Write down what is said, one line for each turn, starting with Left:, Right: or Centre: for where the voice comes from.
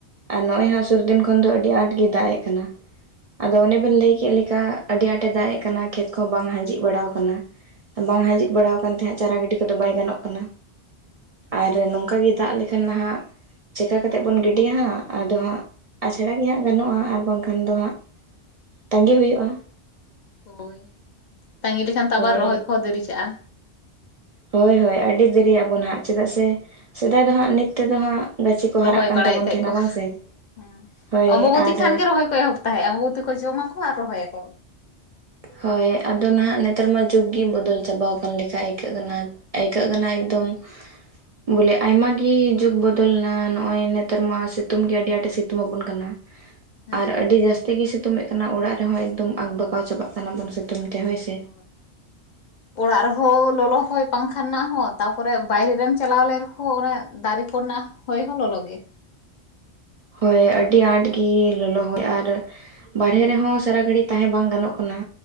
Right: ᱟᱨ ᱱᱚᱜ ᱚᱚᱭ ᱦᱟᱸ ᱥᱩᱨ ᱫᱤᱱ ᱠᱷᱚᱱ ᱫᱚ ᱟᱜ ᱟᱹᱰᱤ ᱟᱸᱴ ᱜᱮ ᱫᱟᱜ ᱮ ᱠᱟᱱᱟ᱾ ᱟᱫᱚ ᱚᱱᱮ ᱵᱮᱮᱱ ᱞᱟᱹᱭ ᱠᱮᱫ
Left: ᱚ
Right: ᱞᱮᱠᱟ ᱟᱹᱰᱤ ᱟᱸᱴ ᱫᱟᱜ ᱮᱜ ᱠᱟᱱᱟ ᱠᱷᱮᱛ ᱠᱚ ᱵᱟᱝ ᱦᱟᱸᱡᱮᱫ ᱵᱟᱲᱟᱣ ᱠᱟᱱᱟ᱾ ᱟᱨ ᱵᱟᱝ
Left: ᱦᱩᱸ
Right: ᱦᱟᱸᱡᱤᱫ
Left: ᱦᱩᱸ
Right: ᱵᱟᱲᱟᱣ ᱠᱟᱱ ᱛᱮ ᱦᱟᱜ ᱪᱟᱨᱟ ᱜᱟᱹᱰᱤ ᱠᱚᱫᱚ ᱵᱟᱭ ᱜᱟᱱᱚᱜ ᱠᱟᱱᱟ᱾
Left: ᱦᱳᱭ
Right: ᱟᱨ ᱱᱚᱝᱠᱟ ᱜᱮ ᱫᱟᱜ ᱞᱮᱠᱷᱟᱱ ᱱᱟᱦᱟᱜ ᱪᱮᱠᱠᱟ ᱠᱟ ᱠᱟᱛᱮᱴᱮᱫ ᱵᱚᱱ ᱜᱤᱰᱤᱭᱟ ᱦᱟᱸᱜ ᱟᱫᱚ ᱦᱟᱸᱜ ᱟᱪᱷᱟᱲᱟ ᱜᱮ ᱦᱟᱸᱜ ᱜᱟᱱᱚᱜᱼᱟ ᱟᱨ ᱵᱟᱝᱠᱷᱟᱱ ᱫᱚ ᱦᱟᱸᱜ ᱛᱟᱺᱜᱤ ᱦᱩᱭᱩᱜᱼᱟ
Left: ᱦᱳᱭ ᱛᱟᱺᱜᱤ ᱞᱮᱠᱷᱟᱱ ᱛᱚ ᱟᱵᱟᱨ
Right: ᱦᱳᱭ
Left: ᱨᱚᱦᱚᱭ ᱠᱚᱦᱚᱸ ᱫᱮᱨᱤ ᱪᱟᱜᱼᱟ
Right: ᱦᱳᱭ ᱦᱳᱭ ᱟᱹᱰᱤ ᱫᱮᱨᱤ ᱟᱵᱚᱱ ᱦᱟᱸᱜ ᱪᱮᱫᱟᱜ ᱥᱮ ᱥᱮᱫᱟᱭ ᱫᱚ ᱦᱟᱸᱜ ᱱᱤᱛ ᱛᱮᱫᱚ ᱦᱟᱸᱜ ᱜᱟᱹᱪᱷᱤ ᱠᱚ
Left: ᱨᱚᱦᱚᱭ
Right: ᱦᱟᱨᱟᱜ ᱠᱟᱱ
Left: ᱵᱟᱲᱟᱭᱮᱫ
Right: ᱛᱟᱵᱚᱱ
Left: ᱛᱟᱦᱮᱸ
Right: ᱛᱟᱦᱮᱱᱟ
Left: ᱠᱚ ᱦᱮᱸ
Right: ᱵᱟᱝ ᱥᱮ ᱦᱳᱭ
Left: ᱚᱢᱵᱚᱛᱤ
Right: ᱟᱨ
Left: ᱠᱷᱟᱱ ᱜᱮ ᱨᱚᱦᱚᱭ ᱠᱚ ᱮᱦᱚᱵ ᱛᱟᱦᱮᱸ ᱢᱩ ᱛᱮᱠᱚ ᱡᱚᱢᱟᱠᱚ ᱟᱨ ᱨᱚᱦᱚᱭᱟᱠᱚ
Right: ᱦᱳᱭ ᱟᱫᱚ ᱱᱟᱦᱟᱜ ᱱᱮᱛᱟᱨ ᱢᱟ ᱡᱩᱜᱽ ᱜᱮ ᱵᱚᱫᱚᱞ ᱪᱟᱵᱟᱣ ᱟᱠᱟᱱ ᱞᱮᱠᱟ ᱟᱹᱭᱠᱟᱹᱜ ᱠᱟᱱᱟ᱾ ᱟᱹᱭᱠᱟᱹᱜ ᱠᱟᱱᱟ ᱮᱠᱫᱚᱢ
Left: ᱦᱳᱭ
Right: ᱵᱚᱞᱮ ᱟᱭᱢᱟᱟᱜᱤ ᱡᱩᱜ ᱵᱚᱫᱚᱞᱱᱟ ᱱᱚᱜ ᱚᱚᱭ ᱱᱮᱛᱟᱨ ᱢᱟ ᱥᱤᱛᱩᱝ ᱜᱮ ᱟᱹᱰᱤ ᱟᱸᱴᱮ ᱥᱤᱛᱩᱝ ᱟᱵᱚᱱ ᱠᱟᱱᱟ᱾
Left: <inaudible>
Right: ᱟᱨ ᱟᱹᱰᱤ
Left: ᱦᱩᱸ
Right: ᱡᱟᱹᱥᱛᱤ ᱜᱮᱭ ᱥᱤᱛᱩᱝ ᱮ ᱠᱟᱱᱟ, ᱚᱲᱟᱜ ᱨᱮᱦᱚᱸ ᱮᱠᱫᱚᱢ ᱟᱠᱵᱟᱜᱟᱣ ᱪᱟᱵᱟᱜ ᱠᱟᱱᱟ ᱵᱚᱱ ᱥᱤᱛᱩᱝ ᱛᱮ ᱦᱚᱭ ᱥᱮ᱾
Left: ᱦᱳᱭ᱾ ᱚᱲᱟᱜ ᱨᱮᱦᱚᱸ ᱞᱚᱞᱚ ᱦᱚᱭ ᱯᱟᱝᱠᱷᱟ ᱨᱮᱱᱟᱜ ᱦᱚᱸ ᱛᱟ ᱯᱚᱨᱮ ᱵᱟᱭᱨᱮ ᱨᱮᱢ ᱪᱟᱞᱟᱣ ᱞᱮᱱ ᱨᱮ ᱦᱚᱸ ᱫᱟᱨᱮ ᱠᱚ ᱨᱮᱱᱟᱜ ᱦᱚᱭ ᱦᱚᱸ ᱞᱚᱞᱚ ᱜᱮ
Right: ᱦᱳᱭ ᱟᱹᱰᱤ ᱟᱸᱴ ᱜᱤ ᱞᱚᱞᱚ ᱦᱚᱭ ᱟᱨ ᱵᱟᱨᱦᱮ
Left: ᱦᱩᱸ
Right: ᱨᱮᱦᱚᱸ ᱥᱟᱨᱟ ᱜᱷᱟᱹᱲᱤᱡ ᱛᱟᱦᱮᱸ ᱵᱟᱝ ᱜᱟᱱᱚᱜ ᱠᱟᱱᱟ